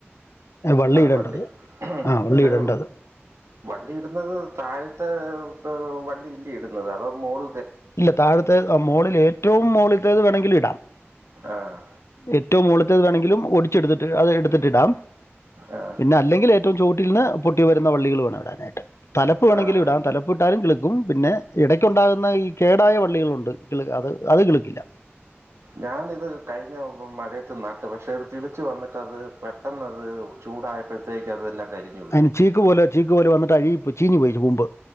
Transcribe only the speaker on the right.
ആഹ് വള്ളി
ഇത് വള്ളി ഇടുന്നത് താഴത്തെ വള്ളി ഇല്ല ഇടുന്നത് അതോ മോൾ
ആഹ്
ആഹ്
ആഹ്
ഞാനിത് കഴിഞ്ഞ മഴയത്ത് നാട്ട് പക്ഷെ ഇത് തതിളിച്ചു വന്നിട്ട് അത് പ പത് ചൂടായപ്പോഴത്തേക്ക് അതെല്ലാം കരഞ്ഞു